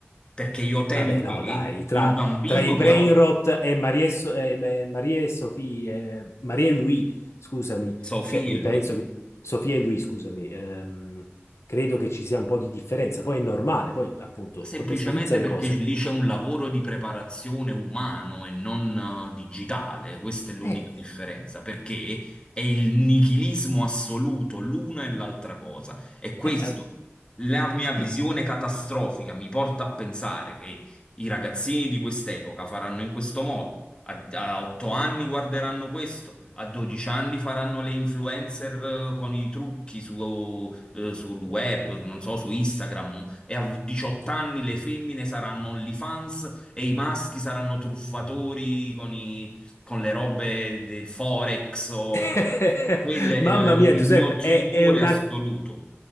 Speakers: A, on the left; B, on the left.
A: perché io temo
B: Vabbè, no,
A: che
B: dai, tra,
A: il bambino
B: tra i brain
A: che ha
B: rot e Marie, So- eh, ma- Marie e Sofia, eh, Marie e lui, scusami,
A: Sofì
B: cioè mi
A: e lui.
B: penso che Sofia e lui, scusami, ehm, credo che ci sia un po' di differenza. Poi è normale, poi appunto
A: Semplicemente
B: contestualizza le
A: perché
B: cose.
A: lì c'è un lavoro di preparazione umano e non eh, digitale, questa è l'unica
B: Eh,
A: differenza, perché è il nichilismo assoluto, l'una e l'altra cosa. E questo,
B: eh, eh,
A: la mia visione
B: no.
A: catastrofica mi porta a pensare che i ragazzini di quest'epoca faranno in questo modo, a, a 8 anni guarderanno questo, a 12 anni faranno le influencer eh, con i trucchi su eh, sul web, non so, su Instagram, e a 18 anni le femmine saranno OnlyFans e i maschi saranno truffatori con, i- con le robe del Forex. o-
B: <laughs>
A: Quello è
B: Mamma
A: il,
B: mia,
A: il
B: Giuseppe,
A: mio timore
B: è, è una
A: assoluto.